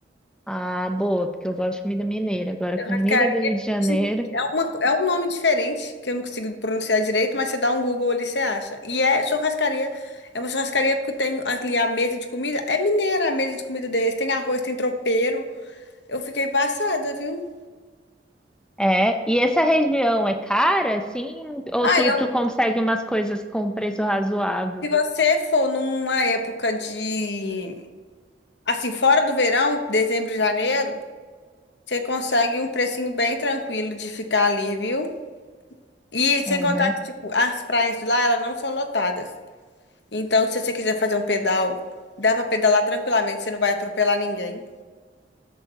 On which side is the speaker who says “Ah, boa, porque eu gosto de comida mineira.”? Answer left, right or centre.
Centre